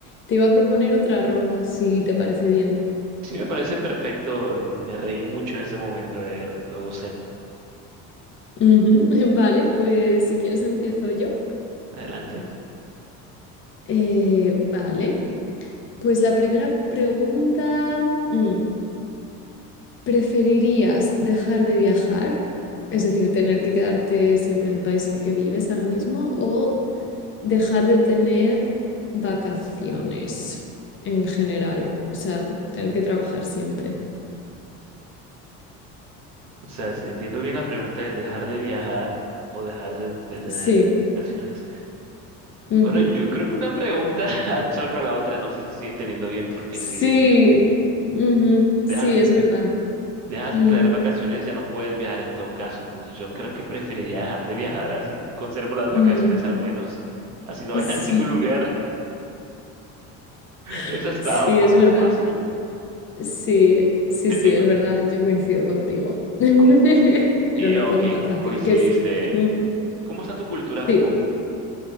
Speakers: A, on the left (about 35°); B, on the right (about 55°).
A: te iba a proponer otra ronda, si te parece bien.
B: Sí, me parece perfecto. em, Me reí mucho en ese momento, eh, lo, lo gocé.
A: Ujú, <laughs> Vale, pues si quieres empiezo yo.
B: Adelante.
A: Eh, vale. Pues la primera pregunta, mm, ¿preferirías dejar de viajar? Es decir, tener que quedarte siempre en el país en el que vives ahora mismo o dejar de tener vacaciones en general, o sea, tener que trabajar siempre.
B: O sea, si te entiendo bien, la pregunta es dejar de viajar o dejar de, de tener
A: Sí,
B: vacaciones.
A: ujú.
B: Bueno, yo creo que una pregunta <laughs> absorbe a la otra. No sé si estoy entendiendo bien, porque
A: Sí,
B: si de-
A: ujú, Sí,
B: dejas,
A: es verdad.
B: dejas
A: Mm,
B: de tener vacaciones, ya no puedes viajar en todo caso. Entonces, yo creo que preferiría dejar de viajar, así conservo las vacaciones
A: mm,
B: al menos, así no voy
A: Sí,
B: <laughs> a ningún lugar.
A: <laughs>
B: Eso ha estado
A: sí,
B: poco
A: es verdad.
B: fácil.
A: Sí, sí,
B: Te
A: sí,
B: tengo.
A: es verdad, yo coincido contigo. <laughs>
B: ¿Cómo?
A: Era
B: eh,
A: una
B: ok,
A: pregunta fácil,
B: coincidiste.
A: ¿qué es? Ujú.
B: ¿Cómo está tu cultura
A: Sí,
B: pop?